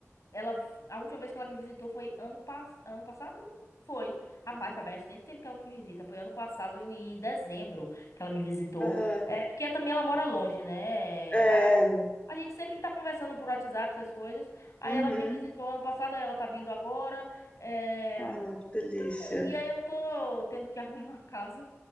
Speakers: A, on the left (about 70°); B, on the left (about 25°).
A: Ela, a última vez que ela me visitou foi ano, pass... ano passado? Foi. Rapaz,
B: Ah,
A: foi bastante tempo que ela não me visita. Foi ano passado, em dezembro, que ela me visitou.
B: Aham.
A: É porque também ela mora longe, né?
B: É.
A: A gente sempre tá conversando por WhatsApp, essas coisas. Aí
B: Uhum.
A: ela me visitou ano passado, aí ela tá vindo agora. eh,
B: Ah, que delícia.
A: E aí eu tô tendo que <laughs> arrumar a casa.